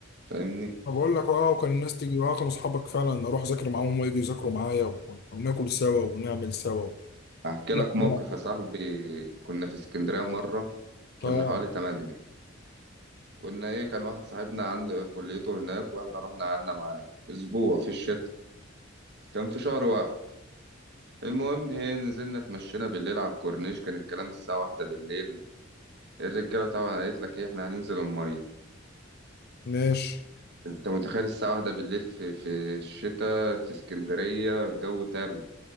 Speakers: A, on the right (about 55°); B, on the left (about 50°).
A: فاهمني
B: فبقول لك اه وكان الناس تيجي اه كانوا اصحابك فعلا اروح اذاكر معاهم وهم يجوا يذاكروا معايا ون- وناكل سوا ونعمل سوا
A: احكي
B: كل
A: لك موقف
B: حاجة بقى.
A: يا صاحبي كنا في اسكندرية مرة كنا
B: اه
A: حوالي تمانية كنا ايه كان واحد صاحبنا عند كليته هناك واحنا رحنا قعدنا معاه اسبوع في الشتاء كان في شهر واحد المهم ايه نزلنا اتمشينا بالليل على الكورنيش كان الكلام الساعة واحدة بالليل الرجالة طبعا قالت لك ايه احنا هننزل المية
B: ماشي
A: انت متخيل الساعة واحدة بالليل في في الشتاء في اسكندرية الجو تلج